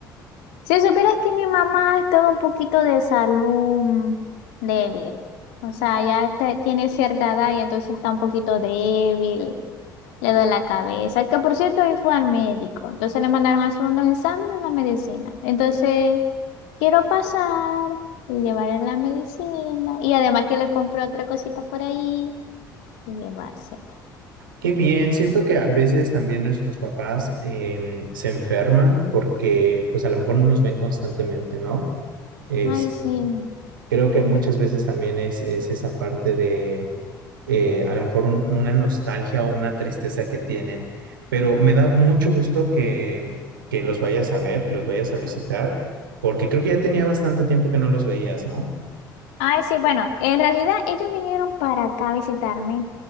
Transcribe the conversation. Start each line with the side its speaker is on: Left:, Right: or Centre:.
Left: Si supieras que mi mamá estaba un poquito de salud débil. O sea, ya te- tiene cierta edad y entonces está un poquito débil, le duele la cabeza. Que por cierto, hoy fue al médico. Entonces le mandaron a hacer unos exámenes en la medicina. Entonces... quiero pasar y llevarle la medicina. Y además que le compré otra cosita por ahí y llevarse.
Right: Qué bien, siento que a veces también nuestros papás em, se enferman porque pues a lo mejor no nos ven constantemente, ¿no? Es,
Left: Ay, sí.
Right: creo que muchas veces también es, es esa parte de... eh, a lo mejor un- una nostalgia o una tristeza que tienen, pero me da mucho gusto que, que los vayas a ver, que los vayas a visitar, porque creo que ya tenía bastante tiempo que no los veías, ¿no?
Left: Ay, sí, bueno, en realidad ellos vinieron para acá a visitarme.